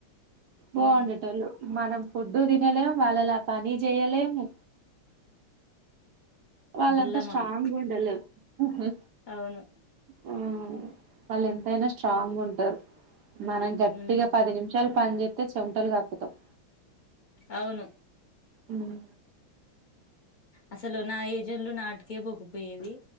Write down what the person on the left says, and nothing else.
అవును
డుల్ల
మనం
అవును
ఉమ్
అవును
అసలు నా ఏజన్లు నాటికే పోొగిపోయేది